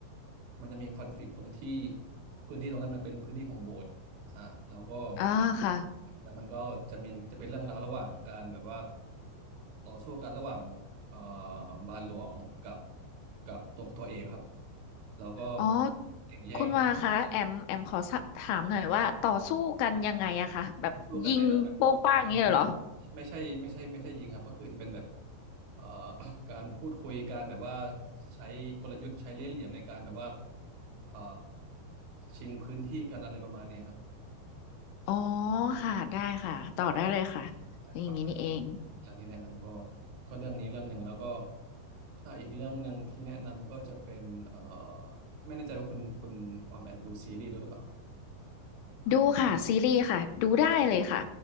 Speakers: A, on the right; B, on the left.
A: มันจะมีคอนฟลิกต์ตรงที่พื้นที่ตรงนั้นมันเป็นพื้นที่ของโบสถ์อ่าแล้วก็
B: อ่าค่ะ
A: แล้วมันก็จะมีจะเป็นเรื่องราวระหว่างการแบบว่าต่อสู้กันระหว่าง เอ่อบาทหลวงกับกับตัวตัวเอกครับแล้วก็
B: อ๋อ
A: แข่งแย่ง
B: คุณวาคะแอมแอมขอสะถามหน่อยว่าต่อสู้กันยังไงอะคะแบบยิงโป้งป้างอย่างนี้เลยเหรอ
A: มันสู้กันในเรื่องแบบเอ่อไม่ไม่ใช่ไม่ใช่ไม่ใช่ยิงครับก็คือจะเป็นแบบเอ่อ <coughs> การพูดคุยการแบบว่าใช้กลยุทธ์ใช้เล่ห์เหลี่ยมในการแบบว่าเอ่อชิงพื้นที่กันอะไรประมาณนี้ครับ
B: อ๋อค่ะได้ค่ะต่อได้เลยค่ะ
A: ใช่ประมาณ
B: อย่างนี้นี่เอง
A: เรื่องที่แนะนำก็ก็เรื่องนี้เรื่องหนึ่งแล้วก็ถ้าอีกเรื่องหนึ่งที่แนะนำก็จะเป็นเอ่อไม่แน่ใจว่าคุณคุณออมแอมดูซีรีส์ด้วยหรือเปล่า
B: ดูค่ะซีรีส์ค่ะดูได้เลยค่ะ